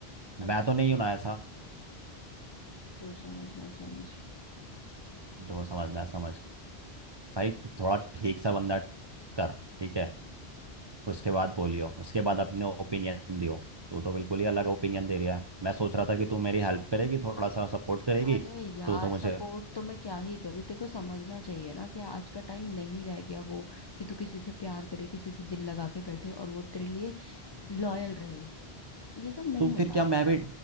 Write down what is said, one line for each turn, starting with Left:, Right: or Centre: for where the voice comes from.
Right: मैं
Left: अब तो
Right: तो नहीं हूं ना
Left: समझ,
Right: ऐसा
Left: जो समझना है समझ
Right: जो समझना है समझ भाई थोड़ा ठीक सा बंदा कर ठीक है उसके बाद बोलियो उसके बाद अपने ओपिनियन दियो तू तो बिल्कुल ही अलग ओपिनियन दे रहा है मैं सोच रहा था कि तू मेरी हेल्प करेगी थोड़ा सा सपोर्ट करेगी
Left: अरे यार
Right: तो तो मुझे
Left: सपोर्ट तो मैं क्या ही करूँ तेरे को समझना चाहिए ना कि आज का टाइम नहीं रह गया वो कि तू किसी से प्यार करे किसी से दिल लगा के बैठे और वो तेरे लिए लॉयल रहे ये सब नहीं
Right: तो
Left: होता
Right: फिर क्या मैं भी